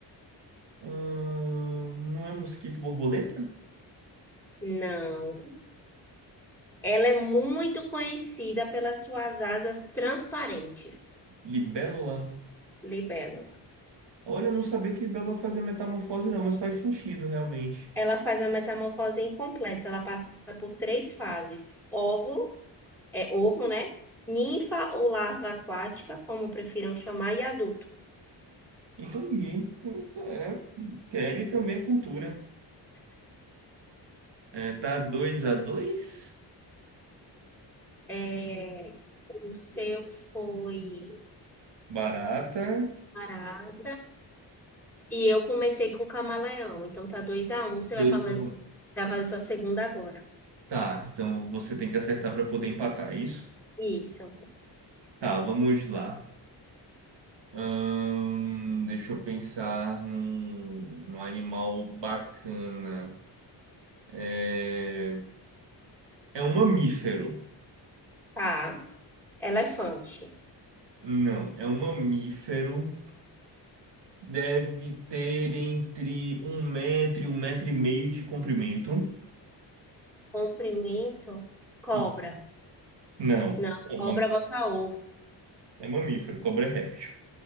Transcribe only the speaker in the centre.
Não. Ela é muito conhecida pelas suas asas transparentes.
Libélula.
Ela faz uma metamorfose incompleta. Ela passa por três fases: ovo, é ovo, né? Ninfa ou larva aquática, como prefiram chamar, e adulto.
É, o seu foi
parada. E eu comecei com camaleão. Então tá dois a um Você
vai falar,
vai fazer sua segunda agora.
Isso.
Tá. Elefante.
Comprimento. Cobra.
Não,
cobra
bota ovo.